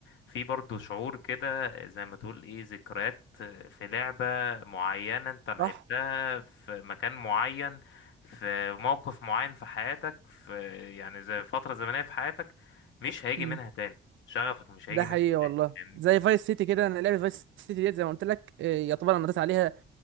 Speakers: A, on the left; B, on the right.
A: في برضو شعور كده زي ما تقول ايه ذكريات في لعبه معينه انت لعبتها
B: صح
A: في مكان معين في موقف معين في حياتك في يعني زي فتره زمنيه في حياتك مش هيجي
B: امم
A: منها تاني شغفك مش هيجي
B: ده حقيقي
A: منها
B: والله
A: تاني فاهمني
B: زي فايس سيتي كده انا لعبه فايس سيتي ديت زي ما قلت لك آه، يعتبر انا نطيت عليها